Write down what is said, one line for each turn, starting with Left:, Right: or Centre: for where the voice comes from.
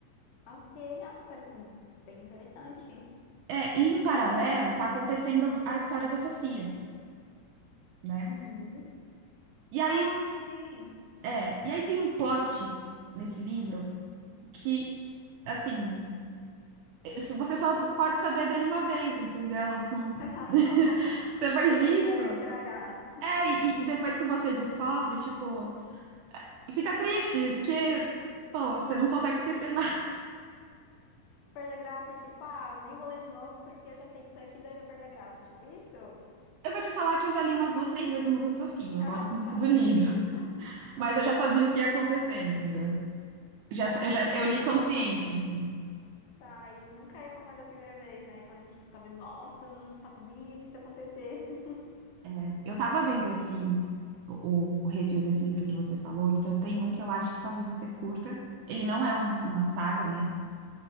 Left: Ok, ah, parece bem interessante.
Right: É, e em paralelo, tá acontecendo a história da Sofia, né?
Left: Uhum.
Right: E
Left: Tá,
Right: aí,
Left: entendi. <laughs>
Right: é, e aí tem um plot nesse livro que, assim, isso- você só pode saber dele uma vez, entendeu? Não-
Left: Tá
Right: <laughs>
Left: bom.
Right: Depois
Left: Aí se
Right: disso.
Left: eu souber, vai estragar.
Right: É, e, e depois que você descobre, tipo, fica triste, porque, pô, você não consegue esquecer
Left: Perde a graça, tipo, ah, eu nem vou ler de novo porque eu já sei disso aqui, daí vai perder a graça. Tipo, isso? <laughs>
Right: Eu vou te falar que eu já li umas duas, três vezes o Mundo de Sofia. Eu
Left: Ah,
Right: gosto
Left: tá,
Right: muito do
Left: entendi.
Right: livro, <laughs> mas eu já sabia o que ia acontecer, entendeu? Já,
Left: Tá,
Right: eu
Left: entendi.
Right: já eu li consciente, entendeu?
Left: Tá, e nunca é como é da primeira vez, né? Quando a gente descobre, nossa, eu não sabia que isso ia acontecer. <laughs>
Right: É, eu tava vendo esse o, o review desse livro que você falou, então tem um que eu acho que talvez você curta. Ele não é um- uma saga, né?